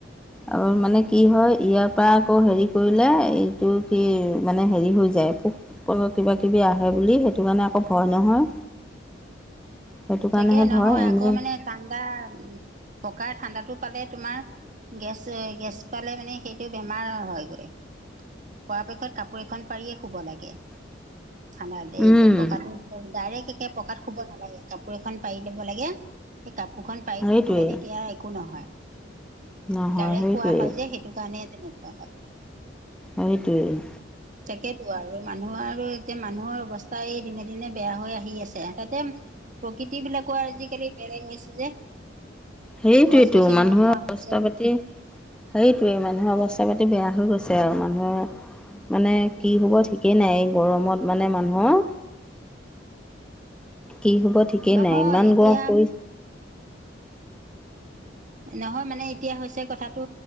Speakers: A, in the centre; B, on the right (about 45°).
A: আৰু মানে কি হয় ইয়াৰ পৰা আকৌ হেৰি কৰিলে এইটো কি মানে হেৰি হৈ যায় পোক অ কিবা কিবি আহে বুলি সেইটো কাৰণে আকৌ ভয় নহয়। সেইটো
B: তাকে
A: কাৰণেহে
B: নহয়
A: ভয় এনেই
B: আকৌ মানে ঠাণ্ডা পকা ঠাণ্ডাতো পালে তোমাৰ গেছ গেছ পালে মানে সেইটো বেমাৰ হয়গৈ। পৰাপেক্ষত কাপোৰ এখন পাৰিয়ে শুব লাগে। ঠাণ্ডা এই
A: উম,
B: পকাটো ডাইৰেক্ট একে পকাত শুব নালাগে কাপোৰ এখন পাৰি ল'ব লাগে সেই কাপোৰখন পাৰি
A: সেইটোৱে
B: লৈ শুলে তেতিয়া একো নহয়।
A: নহয়
B: ডাৰেক্
A: সেইটোৱেই
B: খোৱা হয় যে সেইটো কাৰণে তেনেকুৱা হয়।
A: সেইটোৱেই।
B: উ তাকেতো আৰু মানুহ আৰু এতিয়া মানুহৰ অৱস্থাই দিনে দিনে বেয়া হৈ আহি আছে তাতে প্ৰকৃতি বিলাকো আজিকালি বেৰেং হৈছে যে।
A: সেইটোোৱয়তো
B: গছ গছনি
A: মানুহৰ
B: নোহোৱা
A: অৱস্থা
B: হৈছে
A: পাতি সেইটোৱেই মানুহৰ অৱস্থা পাতি বেয়া হৈ গৈছে আৰু মানুহৰ মানে কি হ'ব ঠিকেই নাই গৰমত মানে মানুহৰ। কি হব ঠিকেই
B: নহয়
A: নাই ইমান
B: এতিয়া
A: গৰম পৰি
B: নহয় মানে এতিয়া হৈছে কথাটো